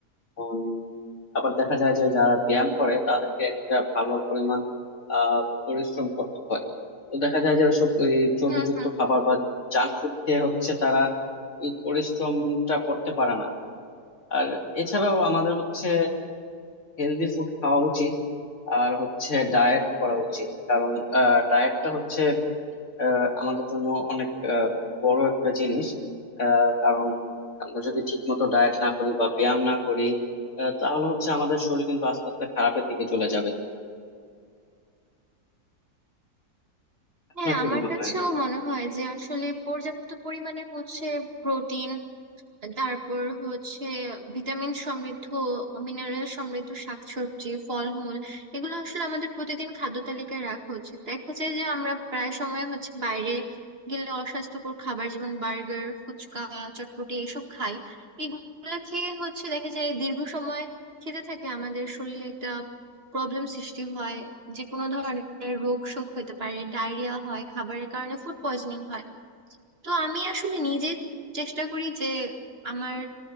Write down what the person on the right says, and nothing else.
হুম হুম
হ্যাঁ
আমার
কাছেও
মনে হয় যে আসলে পর্যাপ্ত পরিমাণে হচ্ছে প্রোটিন তারপর হচ্ছে ভিটামিন সমৃদ্ধ মিনারেল সমৃদ্ধ শাকসবজি ফলমূল এগুলো আসলে আমাদের প্রতিদিন খাদ্য তালিকায় রাখা উচিত দেখা যায় যে আমরা প্রায় সময় হচ্ছে বাইরে গেলে অস্বাস্থ্যকর খাবার যেমন বার্গার ফুচকা চটপটি এইসব খাই এগুলো খেয়ে হচ্ছে দেখা যায় দীর্ঘ সময় খেতে থাকে আমাদের শরীরে একটা প্রবলেম সৃষ্টি হয় যে কোনো ধরনের রোগ শোক হতে পারে ডায়রিয়া হয় খাবারের কারণে ফুড পয়জনিং হয় তো আমি আসলে নিজে চেষ্টা করি যে আমার